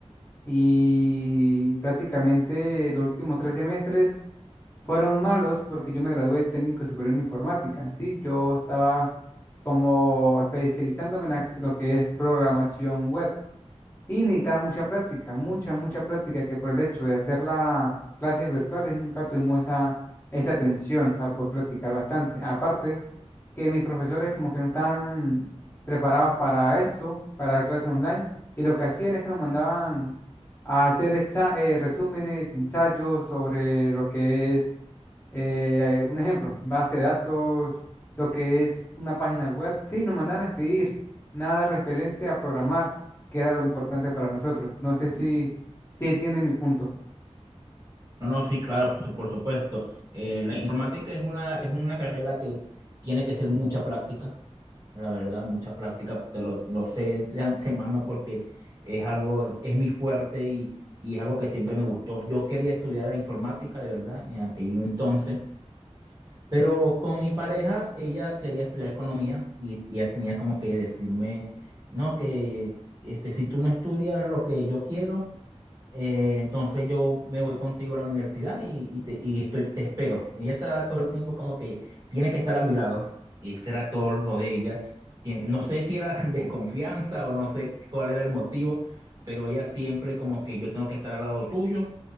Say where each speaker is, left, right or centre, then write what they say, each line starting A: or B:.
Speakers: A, on the left; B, on the right.
A: Y prácticamente los últimos tres semestres fueron malos porque yo me gradué de técnico superior en informática, sí, yo estaba como especializándome en la- lo que es programación web. Y necesitaba mucha práctica, mucha, mucha práctica, que por el hecho de hacer las clases virtuales nunca tuvimos esa, esa atención para poder practicar bastante. Aparte, que mis profesores como que no estaban preparados para esto, para la clase online, y lo que hacían es que nos mandaban a hacer esa- eh, resúmenes, ensayos sobre lo que es, eh, un ejemplo, base de datos, lo que es una página web, sí, nos mandaban a escribir, nada referente a programar que era lo importante para nosotros. No sé si, si entiende mi punto.
B: No, no, sí, claro, por, su- por supuesto. Eh, la informática es una, es una carrera que tiene que ser mucha práctica, la verdad, mucha práctica. Te lo, lo sé de antemano porque es algo, es mi fuerte y, y es algo que siempre me gustó. Yo quería estudiar la informática, de verdad, en aquel entonces, pero con mi pareja, ella quería estudiar economía y y ella tenía como que decirme, no, que este, si tú no estudias lo que yo quiero, Eh, entonces yo me voy contigo a la universidad y, y te, y estoy, te espero. Ella está todo el tiempo como que tiene que estar a mi lado. Y será todo lo de ella. Tien- No sé si era <laughs> desconfianza o no sé cuál era el motivo, pero ella siempre como que yo tengo que estar al lado tuyo.